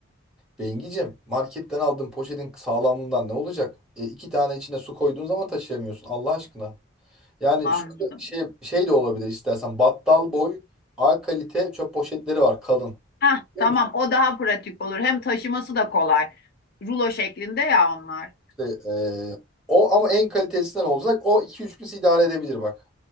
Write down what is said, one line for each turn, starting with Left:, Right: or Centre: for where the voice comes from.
Centre: Bengicim, marketten aldığın poşetin sağlamlığından ne olacak? E, iki tane içine su koyduğun zaman taşıyamıyorsun Allah aşkına. Yani
Left: Anladım.
Centre: şu şey, şey de olabilir istersen. Battal boy A kalite çöp poşetleri var kalın.
Left: Hah,
Centre: Biliyor
Left: tamam
Centre: musun?
Left: o daha pratik olur. Hem taşıması da kolay. Rulo şeklinde ya onlar.
Centre: İşte, e, o ama en kalitesinden olacak. O iki üç gün sizi idare edebilir bak.